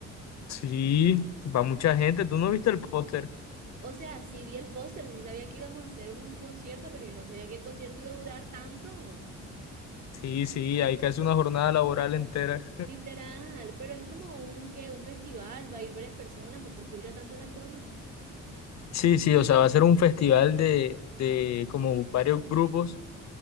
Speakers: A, on the left; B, on the right.
A: Sí, va mucha gente, ¿tú no viste el póster?
B: O sea, sí vi el póster, sí sabía que íbamos a hacer un concierto, pero yo no sabía que el concierto iba a durar tanto.
A: Sí, sí, hay casi una jornada laboral entera.
B: Literal, pero es como un qué, un festival, va a ir varias personas, o por qué dura tanto esa cosa,
A: Sí, sí, o sea, va a ser un festival de, de como varios grupos